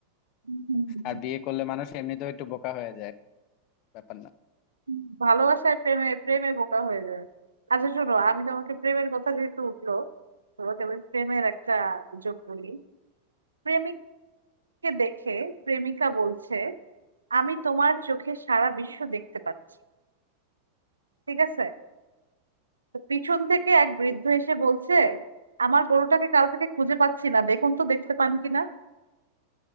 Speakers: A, on the right (about 75°); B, on the left (about 40°).
A: হুম, হুম, হুম,
B: আর বিয়ে করলে মানুষ এমনিতেও একটু বোকা হয়ে যায় ব্যাপার না
A: হুম। ভালোবাসায় প্রেমে প্রেমে বোকা হয়ে যায় আচ্ছা শোনো আমি তোমাকে প্রেমের কথা যেহেতু উঠলো তোমাকে আমি প্রেমের একটা যোগ বলি প্রেমিককে দেখে প্রেমিকা বলছে আমি তোমার চোখে সারা বিশ্ব দেখতে পাচ্ছি ঠিক আছে তো পিছন থেকে এক বৃদ্ধ এসে বলছে আমার গরুটাকে কাল থেকে খুঁজে পাচ্ছি না দেখুন তো দেখতে পান কিনা